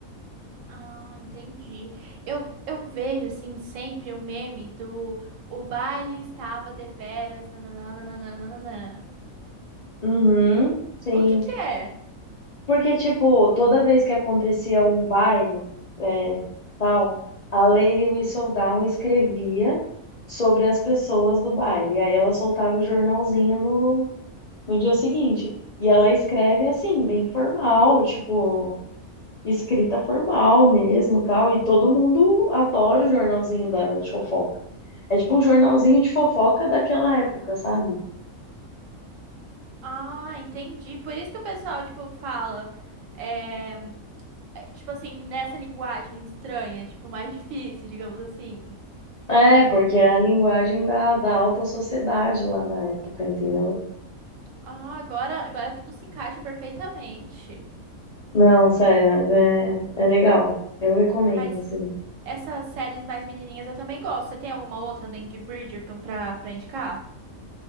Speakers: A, on the right (about 70°); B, on the left (about 60°).
A: Ah, entendi. Eu, eu vejo, assim, sempre o meme do o baile estava deveras, nananana.
B: Uhum, sim.
A: O que que é?
B: Porque, tipo, toda vez que acontecia um baile, é, tal, a Lady Whistledown escrevia sobre as pessoas do baile. Aí ela soltava o jornalzinho no, no dia seguinte. E ela escreve assim, bem formal, tipo, escrita formal mesmo, tal. E todo mundo adora o jornalzinho dela de fofoca. É tipo um jornalzinho de fofoca daquela época, sabe?
A: Ah, entendi. Por isso que o pessoal, tipo, fala, é, é, tipo assim, nessa linguagem estranha, tipo, mais difícil, digamos assim.
B: É, porque é a linguagem da, da alta sociedade lá na época, entendeu?
A: Ah, agora, agora tudo se encaixa perfeitamente.
B: Não, sério, mas é, é legal. Eu recomendo,
A: Mas
B: assim.
A: essas séries mais menininhas eu também gosto. Você tem alguma outra além de Bridgerton pra, pra indicar?